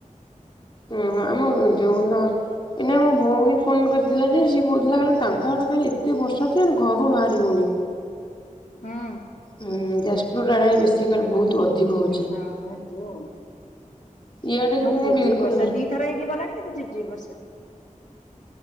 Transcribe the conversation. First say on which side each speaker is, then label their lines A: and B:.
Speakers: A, on the left (about 35°); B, on the left (about 65°).
A: ଉଁ ହୁଁ ଆମ ଯଉନ ଏଇନା ମୋ ଭଉଣୀ ଫୋନ୍ କରିଥିଲା ଯେ ସିଏ କହୁଥିଲା ତାଙ୍କ ଆଡ଼େ ଖାଲି ଏତେ ବର୍ଷ ଅ ଯେ ଆ ଘରୁ ବାହାରି ହଉନି।
B: ହୁଁ।
A: ହୁଁ ଯାଜପୁର ଆଡ଼େ ହିଁ ବେଶି ସେଇଟି କଳେ ବହୁତ ଅଧିକ ହଉଛି
B: ହଁ ହେଇଥିବ ଆଉ
A: ଇଆଟେ
B: ଆମ
A: କିନ୍ତୁ
B: ଆଡେ ଝିପ୍
A: ବିଲକୁଲ
B: ଝିପ୍ ବର୍ଷା
A: ନାହିଁ।
B: ଦିଥର ହେଇକି ଗଲାଣି କିନ୍ତୁ ଝିପି ଝିପି ବର୍ଷା।